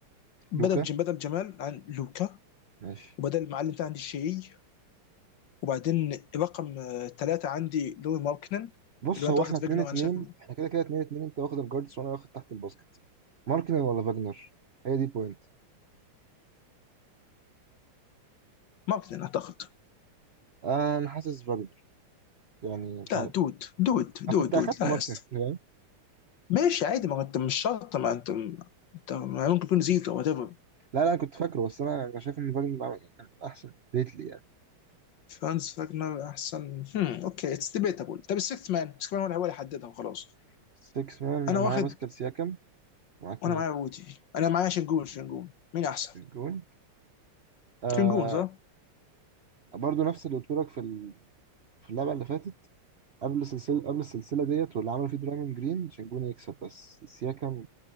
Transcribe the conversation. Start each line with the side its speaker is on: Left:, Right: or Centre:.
Left: بدل
Right: لوكا
Left: جم بدل جمال عن لوكا
Right: ماشي
Left: وبدل المعلم بتاعي عندي الشيعي وبعدين رقم ثلاثه عندي لوي ماركنن
Right: بص
Left: اللي هو
Right: هو
Left: انت واخد
Right: احنا اتنين
Left: فيجنر
Right: اتنين
Left: انا شايف
Right: احنا كده كده اتنين اتنين انت واخد الجاردس وانا واخد تحت الباسكت ماركنن ولا فاجنر هي دي بوينت
Left: ماركنن اعتقد
Right: آه، انا حاسس فاجنر يعني مش
Left: لا
Right: عارف
Left: دود دود
Right: انا
Left: دود
Right: كنت
Left: دود
Right: اخدت
Left: لا
Right: ماركنن
Left: يا اسطى
Right: فاهم
Left: ماشي عادي ما هو انت مش شرط ما انت انت ما ممكن يكون زيكو وات ايفر
Right: لا لا انا كنت فاكره بس انا انا شايف ان فاجنر عمل- كان احسن ديتلي يعني
Left: فرانز فاجنر احسن هم اوكي اتس ديبيتابل طب السيكس مان السيكس مان هو اللي هو اللي حددها وخلاص
Right: 6 مان
Left: انا واخد
Right: معايا باسكال سياكم معاك
Left: وانا
Right: مين
Left: معايا رودي انا معايا شنجون شنجون مين احسن؟
Right: تريجون آه
Left: شنجون صح؟
Right: برضو نفس اللي قلت لك في ال... في اللعبه اللي فاتت قبل السلسله قبل السلسله ديت واللي عملوا فيه درايمون جرين شنجون يكسب بس سياكم